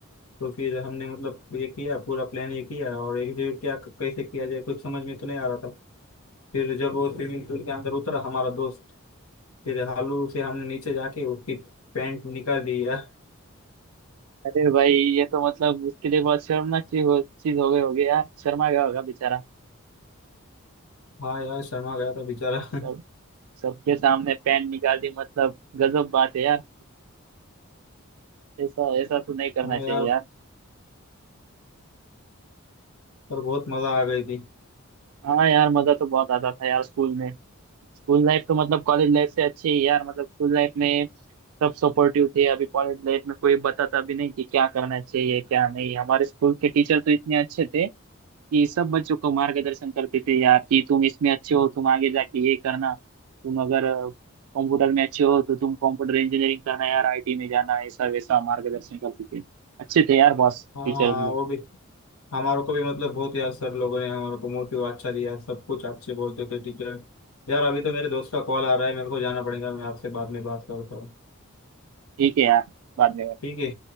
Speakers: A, on the left; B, on the right.
A: तो फिर हमने मतलब ये किया पूरा प्लान ये किया और एग्जीक्यूट क्या कैसे किया जाए कुछ समझ में तो नहीं आ रहा था फिर जब वो स्विमिंग पूल के अंदर उतरा हमारा दोस्त फिर हालू से हमने नीचे जाके उसकी पैंट निकाल दी यार
B: अरे भाई ये तो मतलब उसके लिए बहुत शर्मनाक चीज हो चीज हो गई होगी यार शर्मा गया होगा बेचारा
A: हाँ यार शर्मा गया था बेचारा
B: सब
A: <laughs>
B: सबके सामने पैंट निकाल दी मतलब गजब बात है यार ऐसा ऐसा तो नहीं करना
A: हाँ
B: चाहिए
A: यार
B: यार
A: पर बहुत मजा आ गई थी
B: हाँ यार मजा तो बहुत आता था यार स्कूल में स्कूल लाइफ तो मतलब कॉलेज लाइफ से अच्छी है यार मतलब स्कूल लाइफ में सब सपोर्टिव थे अभी कॉलेज लाइफ में कोई बताता भी नहीं कि क्या करना चाहिए क्या नहीं हमारे स्कूल के टीचर तो इतने अच्छे थे कि सब बच्चों को मार्गदर्शन करते थे यार कि तुम इसमें अच्छे हो तुम आगे जाके ये करना तुम अगर कंप्यूटर में अच्छे हो तो तुम कंप्यूटर इंजीनियरिंग करना यार आईटी में जाना ऐसा वैसा मार्गदर्शन करते थे अच्छे थे यार बॉस
A: हाँ
B: टीचर
A: हाँ
B: लोग
A: वो भी हमारे को भी मतलब बहुत यार सर लोगों ने हमारे को मोटिव अच्छा दिया सब कुछ अच्छे बोलते थे टीचर यार अभी तो मेरे दोस्त का कॉल आ रहा है मेरे को जाना पड़ेगा मैं आपसे बाद में बात करता हूँ
B: ठीक है यार बाद में
A: ठीक है